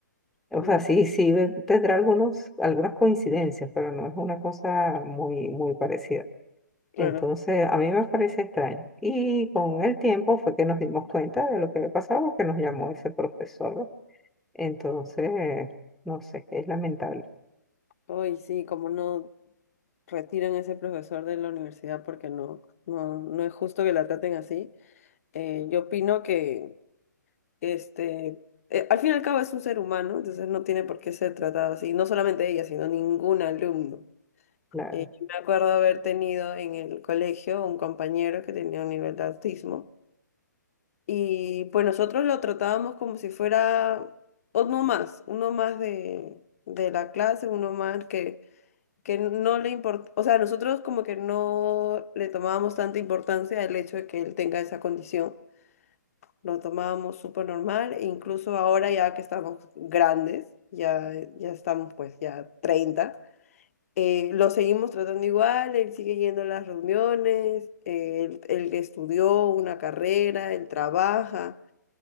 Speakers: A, in the centre; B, on the left (about 50°).
A: O
B: claro,
A: sea, sí, sí, ve- tendrá algunos, algunas coincidencias, pero no es una cosa muy, muy parecida.
B: Claro.
A: Entonces, a mí me parecía extraño. Y con el tiempo fue que nos dimos cuenta de lo que había pasado, porque nos llamó ese profesor. ¿no? Entonces, no sé, es lamentable.
B: Hoy sí, como no retiran a ese profesor de la universidad porque no, no, no es justo que la traten así. Eh, yo opino que este, eh, al fin y al cabo es un ser humano, entonces no tiene por qué ser tratado así, no solamente ella, sino ningún alumno.
A: Claro,
B: Eh, yo me acuerdo haber tenido en el colegio un compañero que tenía un nivel de autismo y pues nosotros lo tratábamos como si fuera uno más, uno más de, de la clase, uno más que que no le importa, o sea, nosotros como que no le tomábamos tanta importancia el hecho de que él tenga esa condición. Lo tomábamos súper normal, e incluso ahora ya que estamos grandes, ya, ya estamos pues ya treinta, eh, lo seguimos tratando igual, él sigue yendo a las reuniones, eh, él, él estudió una carrera, él trabaja,